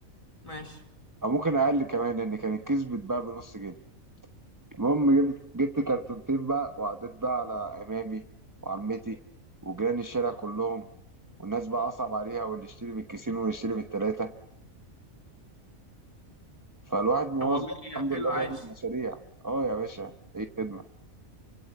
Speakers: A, on the left; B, on the right.
A: ماشي
B: او ممكن اقل كمان لان كان الكيس بيتباع بنص جنيه المهم جبت جبت كرتونتين بقى وعديت بقى على امامي وعمتي وجيران الشارع كلهم والناس بقى أصعب عليها واللي يشتري بالكيسين واللي يشتري بالتلاتة فالواحد من وهو
A: طب والله
B: صغير الحمد
A: حلو
B: لله
A: عايش
B: بيعمل مشاريع اه يا باشا ايه خدمة